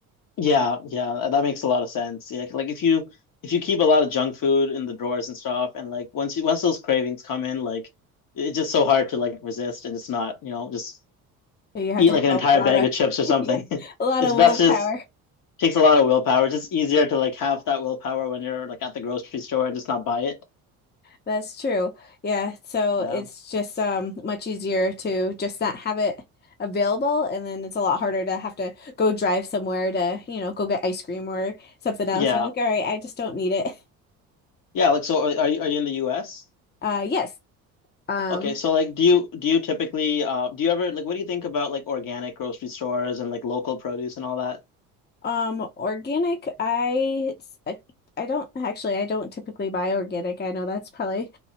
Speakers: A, on the left; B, on the left.
A: Yeah, yeah, that makes a lot of sense. Yeah, like if you if you keep a lot of junk food in the drawers and stuff, and like once you once those cravings come in, like it's just so hard to like resist and just not, you know, just
B: So You have
A: eat
B: to
A: like
B: have
A: an
B: a
A: entire
B: lot
A: bag
B: of
A: of chips or something.
B: <laughs> yeah,
A: <laughs>
B: a lot
A: It's
B: of
A: best
B: willpower.
A: just takes a lot of willpower. It's just easier to like have that willpower when you're like at the grocery store and just not buy it.
B: That's true. Yeah, so
A: Yeah.
B: it's just um much easier to just not have it available and then it's a lot harder to have to go drive somewhere to, you know, go get ice cream or something else.
A: Yeah.
B: You're like, "All right, I just don't need it." <laughs>
A: Yeah, like so are, are you are you in the US?
B: Uh yes. Um
A: Okay, so like do you do you typically uh do you ever like what do you think about like organic grocery stores and like local produce and all that?
B: um organic I it's- I, I don't actually I don't typically buy organic. I know that's probably